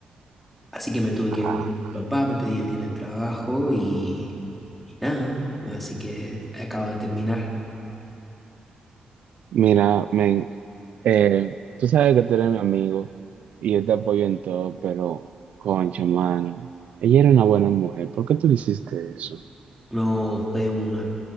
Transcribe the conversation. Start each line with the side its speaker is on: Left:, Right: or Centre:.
Centre: Así que me tuve que
Right: Ah,
Centre: ir con mi papá, me pedí el día en el trabajo y, y nada, ¿no? Así que acabo de terminar.
Right: mira, men, eh, tú sabes que tú eres mi amigo y yo te apoyo en todo, pero, concha, mano, ella era una buena mujer. ¿Por qué tú le hiciste eso?
Centre: No, fue una,